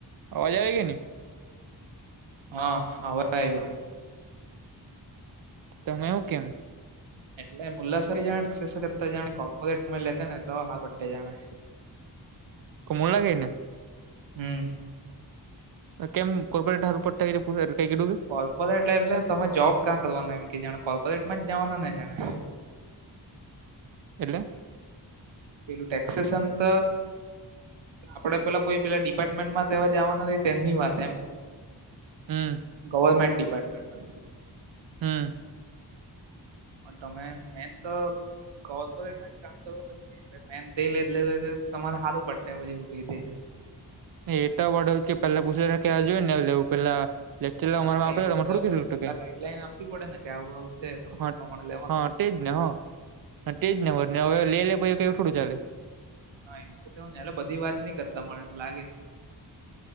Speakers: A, on the right; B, on the right.
A: અવાજ આવે છે ને
B: હા હવે આવ્યો
A: તમે એવું કેમ
B: એટલે મુલા સ જાતા શી વલે જા કર્પોરેટ લે ને તો હા બટે જાણે
A: કમોલા ગે ને
B: હમ
A: કેમ કો્પોરેટ હાર ઉપર થ <unintelligible> કું કે-
B: કોર્પોરેટ લે એટલેને તમે જોબ કાં કરવાના એમ કે જાણે કોર્પોરેટ માં જવાના ને જાણે કો
A: એટલે
B: પેલું ટટેક્સેસ અતંતં આપણે પેલા કોઈ પેલા ડિપાર્ટમેન્ટમાં તેવા જવા ના તેમની વાત એમ
A: હમમ
B: ગવર્મેન્ટ ડિપાર્ટમેન્ટ મતલબ
A: હમ
B: પણ તમે મેન તો કોર્પોરેટ કામ કરો મેન થે લે એટલે -લે-લે તમારે હારુ પડટ જેવું કઈ થે
A: એટ વડા કે પેલા પૂછ કે જોય ને લેવું પેલા લેક્ચર અમારે
B: હા
A: આવ
B: એ
A: અમા
B: તો
A: થોડું
B: તેવું
A: કિધું
B: ને પેલા
A: તું કંઈ
B: ગાઈડલાઈન આપવી પડે ને કે આવું આવું છે તમારે
A: હા
B: પ્રમાણે લેવાનું એમ
A: તે નો હા તે જ નનેબર ને હવે લે લે પછી કવું થોડું ચાલે
B: હા એ તો નેલો એટલે બધી વાત નઈ કરતા મને એવું લાગે